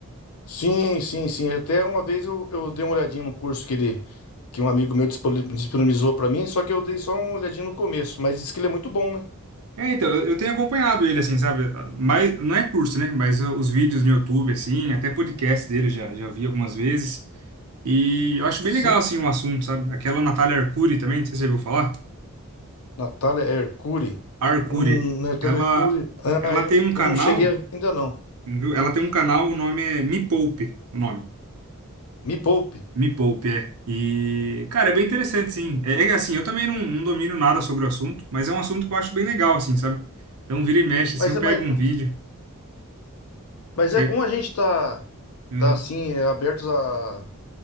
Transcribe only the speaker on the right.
É, então, eu eu tenho acompanhado ele, assim, sabe? Mas, não é curso, né? Mas uh, os vídeos no YouTube, assim, até podcast dele já, já vi algumas vezes. E eu acho bem
legal, assim, o assunto, sabe? Aquela Natália Arcuri também, não sei se você já ouviu falar.
A Arcuri,
ela,
ela
tem
um canal,
viu? Ela tem um canal, o nome é Me Poupe, o nome.
Me Poupe, é. E, cara, é bem interessante, sim. É, é assim, eu também não, não domino nada sobre o assunto, mas é um assunto que eu acho bem legal, assim, sabe? Então, vira e mexe,
assim, eu
pego
um vídeo.
Pego...
Uhum.